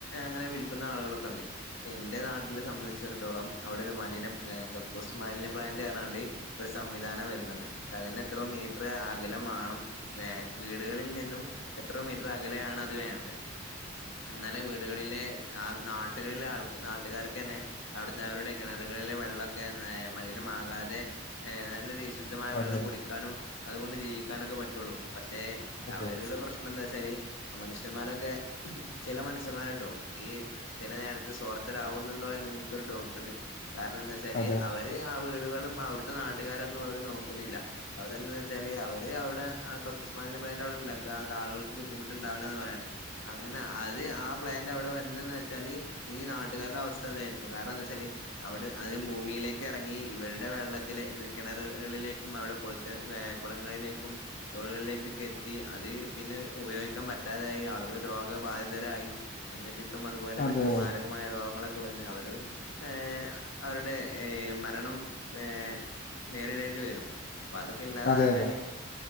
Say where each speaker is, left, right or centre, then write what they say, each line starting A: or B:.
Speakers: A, on the left; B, on the left.
A: അങ്ങനെ വിൽക്കുന്ന ആളുകളൊക്കെ ഉണ്ട് എൻന്റെറെ നാട്ടെ സംബന്ധിച്ചിടത്തോളം അവിടെ ഒരു മലിന കക്കൂസ് മലിന പ്ലാന്റ് കയറാണ്ട് ഒരു സംവിധാനം വരുന്നുണ്ട് പക്ഷെ അതിന് എത്രോ മീറ്റർ അകലം വണം വേ വീടുകളിൽ നിന്നും എത്രോ മീറ്റർ അകലെയാണ് അത് വേണ്ടത് എന്നാല വീടുകളിലെ ആഹ് നാട്ടുകളിലെ ആൾ നാട്ടുകാർക്ക് തന്നെ അവിടുത്തെ അവരുടെ കിണറുകളിലെ വെള്ളമൊക്കെ മലിനമാകാതെ നല്ല രീ ശുദ്ധമായ വെള്ളം
B: അതെ
A: കുടിക്കാനും അതുകൊണ്ട് ജീവിക്കാനൊക്കെ പറ്റുള്ളൂ പക്ഷെ
B: അതെ
A: അവരുടെ പ്രശ്ന എന്താച്ചരി മനുഷ്യന്മാരൊക്കെ ചില മനുഷ്യന്മാർട്ടോ ഈ ചില നേരത്തെ സോർത്തരകുന്നുണ്ടോ എന്ന് എനിക്കൊരു ഡൗട്ടുണ്ട് കാരണം എന്താ ച്ച
B: അതെ
A: അവര് ആ വീടുകളും അവിടുത്തെ നാട്ടുകാരൊന്നും അവര് നോക്കുന്നില്ല അവരെന്താന്ന് വെച്ചാല് അവര് അവരുടെ ആ കക്കുസ്മാലി അവിടെണ്ടാക്ക അ ആളുകക്ക ബുദ്ധിമുട്ടുണ്ടാവില്ലന്ന് പറയണാണ് അങ്ങനെ അത് ആ പ്ലാന്റ് അവിടെ വന്നന്ന് വെച്ചാല് ഈ നാട്ടുകാടെ അവസ്ഥ ഇതായിരിക്കും കാരണം എന്താ വെച്ചാല് അവിടെ അത് ഭൂമിയിലേക്ക് ഇറങ്ങി ഇവരുടെ വെള്ളത്തിലെ കിണറുകളിലേക്കും അവിടെ കുളത്തെ കുളങ്ങളിലേക്കും തോടുകളിലേക്കൊക്കെ എത്തി അത് പിന്നെ ഉപയോഗിക്കാൻ പറ്റാതെയായി ആളുകൾ രോഗബാധിതരായി മഞ്ഞപ്പിത്തും അതുപോലെ
B: അതെ
A: മറ്റു മാരക മായ രോഗങ്ങളൊക്കെ വന്ന് അവരും ഏ അവരുടെ മരണം ഏ നേരിടേണ്ടി വരും അപ്പൊ അതൊക്കെ ഇല്ലാതാക്കാാന്
B: അതെ അതെ